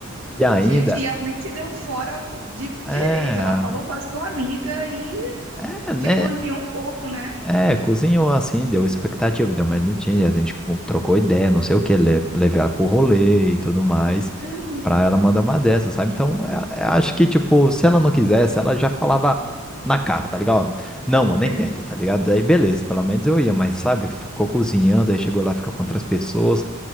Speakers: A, in the centre; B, on the right (about 75°).
A: E ainda.
B: gente, e ela nem deu fora de direito.
A: É,
B: Ela falou com a sua amiga e
A: é, né?
B: te cozinhou um pouco, né?
A: É, cozinhou assim, deu expectativa, deu mas não tinha. a gente trocou ideia, não sei o que, le levei ela pro rolê e tudo mais,
B: Uhum.
A: pra ela mandar uma dessa, sabe? Então, é- é, acho que, tipo, se ela não quisesse, ela já falava na cara, tá ligado? Não, mano, nem
B: É.
A: tenta, tá ligado? Daí, beleza, pelo menos eu ia, mas, sabe, ficou cozinhando, aí chegou lá, fica com outras pessoas.